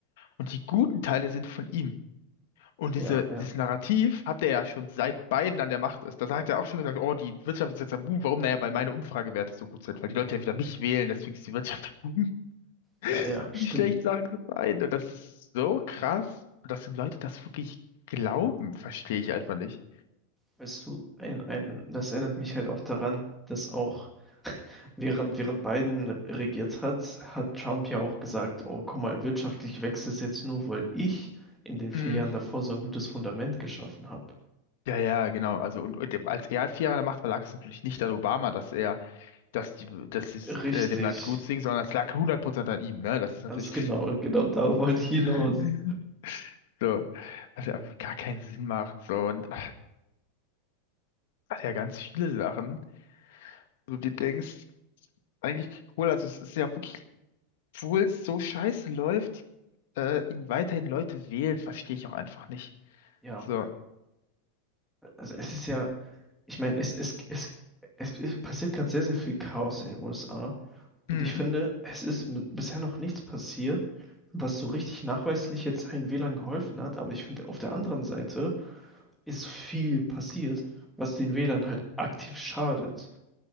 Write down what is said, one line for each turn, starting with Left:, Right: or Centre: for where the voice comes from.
Left: und die guten Teile sind von ihm. Und diese,
Centre: Ja, ja,
Left: dieses Narrativ hat er ja schon seit Biden an der Macht ist. Da hat er auch schon gesagt, oh, die Wirtschaft ist jetzt am Boom. Warum? Naja, weil meine Umfragewerte so gut sind, weil die Leute ja wieder mich wählen, deswegen ist die Wirtschaft am Boom.
Centre: ja,
Left: <laughs>
Centre: ja, stimmt.
Left: Und die schlechten Sachen sind Biden. Und das ist so krass. Und dass die Leute das wirklich glauben, verstehe ich einfach nicht.
Centre: Weißt du, ein, ein, das erinnert mich halt auch daran, dass auch während, während Biden regiert hat, hat Trump ja auch gesagt, oh, guck mal, wirtschaftlich wächst es jetzt nur, weil ich in den vier
Left: Mhm.
Centre: Jahren davor so ein gutes Fundament geschaffen habe.
Left: Ja, ja, genau. Also und, und als er vier Jahre an der Macht war, lag es natürlich nicht an Obama, dass er, dass die, dass es
Centre: Richtig,
Left: äh, dem Land gut ging, sondern es lag hundert Prozent an ihm, ne? Das ist natürlich.
Centre: ganz genau, genau darauf wollte
Left: <laughs>
Centre: ich hinaus.
Left: So, was ja irgendwie gar keinen Sinn macht. So, und ach, hat ja ganz viele Sachen, wo du denkst, eigentlich, cool, also es ist ja wirklich, obwohl es so scheiße läuft, äh, ihn weiterhin Leute wählen, verstehe ich auch einfach nicht.
Centre: Ja,
Left: So,
Centre: also es ist ja, ich meine, es, es, es, es, es passiert gerade sehr, sehr viel Chaos in den USA.
Left: hm,
Centre: Und ich finde, es ist m- bisher noch nichts passiert, was so richtig nachweislich jetzt allen WLAN geholfen hat. Aber ich finde, auf der anderen Seite ist viel passiert, was den WLAN halt aktiv schadet.